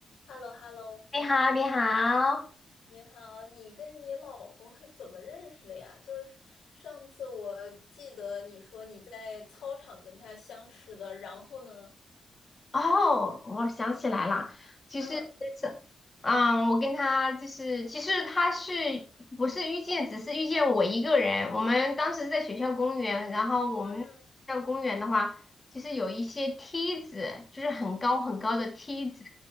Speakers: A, on the left; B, on the left.
A: h e l l o h e l l o
B: 你好，你好，
A: 你好，你跟你老公是怎么认识的呀？就是上次我记得你说你在操场跟他相识的，然后呢？
B: 哦，我想起来了，其实，
A: 嗯
B: 这，嗯，我跟他就是，其实他是不是遇见，只是遇见我一个人。我们当时在学校公园，然后我们学校公园的话，
A: 嗯，
B: 就是有一些梯子，就是很高很高的梯子，